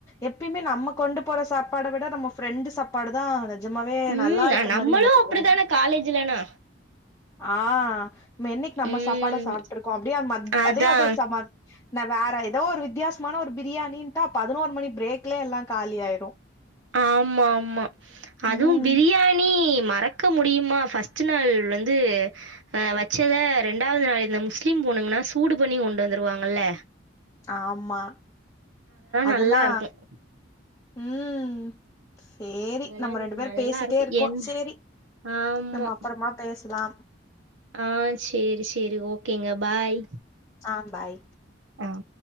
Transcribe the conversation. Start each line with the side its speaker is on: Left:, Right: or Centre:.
Left: எப்பயுமே நம்ம கொண்டு போற சாப்பாட விட நம்ம ஃப்ரெண்டு் சாப்பாடு தா அது நஞ்சமாவே
Right: ம்
Left: நல்லா இருக்க
Right: நம்மளு
Left: மாரி நமக்கு
Right: அப்டிதான
Left: தோணு
Right: காலேஜ்லனா
Left: ஆ நம்ம என்னக்கி நம்ம
Right: ம்
Left: சாப்பாட சாப்ட்டு இருக்கோ அப்டியே மத்
Right: அதா
Left: அதே அது ந வேற எதோ ஒரு வித்தியாசமான ஒரு பிரியாணின்ட்டா பதினோரு மணி பிரேக்லே எல்லா காலி ஆயிரு
Right: ஆமா ஆமா அதுவு
Left: ம்
Right: பிரியாணி மத் மறக்க முடியுமா ஃபஸ்ட்டு நாள் வந்து வச்சத ரெண்டாவது நாள் இந்த முஸ்லிம் பொண் ணு சூடு பண்ணி கொண்டு வந்துருவாங்கல
Left: ஆமா அதெல்லா
Right: நல்லாருக்கும்.
Left: ம் சேரி
Right: அதெல்லாம்
Left: நம்ம ரெண்டு பேரு
Right: நல்லாருக்கும்.
Left: பேசிட்டே இருக்கோ
Right: என்
Left: சேரி
Right: ஆமா.
Left: நம்ம அப்புறமா பேசலாம்
Right: ஆ சேரி சேரி ஓகேங்க பாய்
Left: ஆ பாய்
Right: ம்